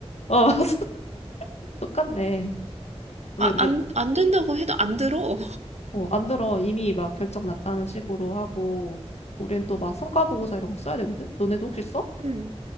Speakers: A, on the left; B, on the right.
A: 어 맞아 <laughs> 똑같네 왜
B: 아,
A: 왜
B: 안, 안 된다고 해도 안 들어.
A: 어 안 들어 이미 막 결정 났다는 식으로 하고 우린 또 막 성과 보고서 이런 거 써야 되거든 너네도 혹시 써?
B: 음.